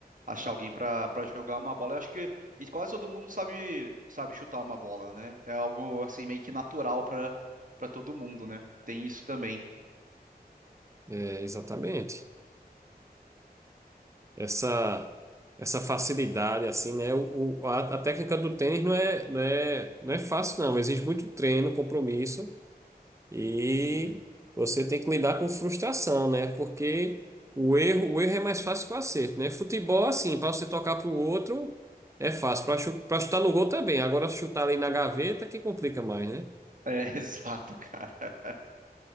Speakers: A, on the right (about 55°); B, on the right (about 20°).
A: achar alguém pra para jogar uma bola. Eu acho que e quase todo mundo sabe sabe chutar uma bola, né? É algo assim meio que natural pra para todo mundo, né? Tem isso também.
B: É, exatamente. essa essa facilidade assim, né? O, o- a, a técnica do tênis não é, não é, não é fácil não, exige muito treino, compromisso e
A: Uhum.
B: você tem que lidar com frustração, né? Porque o erro, o erro é mais fácil que o acerto, né? Futebol assim, para você tocar para o outro é fácil, para chu para chutar no gol também. Agora chutar ali na gaveta que complica mais, né?
A: É, <laughs> exato, cara.